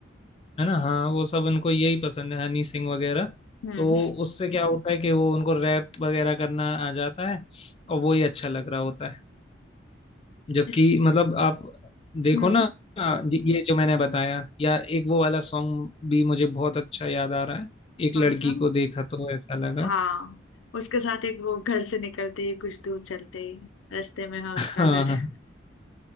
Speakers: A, on the left; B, on the left.
A: है ना हाँ वो सब उनको यही पसंद है हनी सिंह वगैरह
B: हम्म
A: तो उससे क्या होता है कि वो उनको रैप वगैरह करना आ जाता है और वो ही अच्छा लग रहा होता है जबकि
B: जिस
A: मतलब आप देखो
B: हम्म
A: ना आ, ज- ये जो मैंने बताया या एक वो वाला सॉन्ग भी मुझे बहुत अच्छा याद आ रहा है एक
B: कौन
A: लड़की
B: सा
A: को देखा तो ऐसा लगा
B: हाँ उसके साथ एक वो घर से निकलते ही कुछ दूर चलते ही रास्ते में है उसका
A: हाँ
B: घर
A: हाँ
B: <laughs>
A: <laughs>